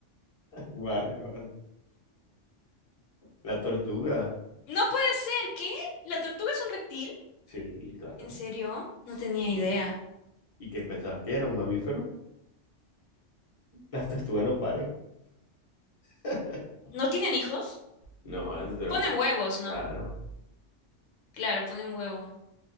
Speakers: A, on the left; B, on the left.
A: Vale, vale. La tortuga.
B: No puede ser. ¿Qué? ¿La tortuga es un reptil?
A: Sí, claro.
B: ¿En serio? No tenía
A: Sí.
B: idea.
A: ¿Y qué pensabas que era un mamífero? Las tortugas no paren. <laughs>
B: ¿No tienen hijos?
A: No, las tortugas
B: Ponen
A: ponen.
B: huevos, ¿no?
A: Claro.
B: Claro, ponen huevos.